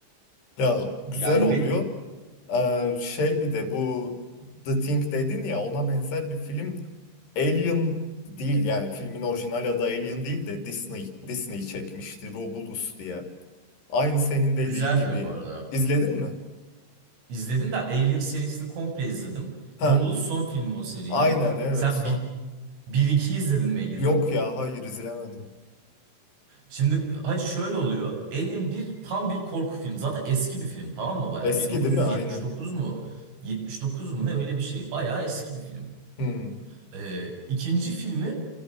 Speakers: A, on the left (about 60°); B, on the right (about 75°).
A: Ya güzel
B: Yani
A: oluyor.
B: benim
A: Ee, şey bir de bu The Thing dedin ya ona benzer bir film Alien değil yani filmin orijinal adı Alien değil de Disney Disney çekmişti Romulus diye. Aynı senin dediğin
B: güzel
A: gibi.
B: film bu arada.
A: İzledin mi?
B: İzledim de Alien serisini komple izledim.
A: Ha,
B: Romulus son filmi o serinin.
A: aynen evet
B: Sen
A: son.
B: bir, bir iki izledin mi Alien'ı?
A: Yok ya hayır izlemedim.
B: Şimdi hacı şöyle oluyor. Alien bir tam bir korku filmi. Zaten eski bir film tamam mı bayağı?
A: Eski
B: 1979
A: değil mi? Aynen.
B: mu? 79 mu ne öyle bir şey. Bayağı eski bir film.
A: Hmm.
B: Ee, ikinci filmi